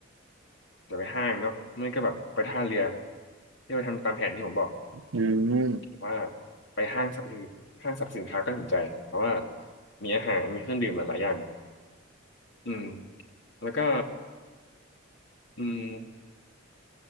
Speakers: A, on the left; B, on the right.
A: อาจจะไปห้างเนาะไม่ก็แบบไปท่าเรือที่มาทำตามแผนที่ผมบอก
B: อืม
A: ผมว่าไปห้างสรรพสินห้างสรรพสินค้าก็สนใจ เพราะว่ามีอาหารมีเครื่องดื่มหลายๆอย่างอืมแล้วก็อืม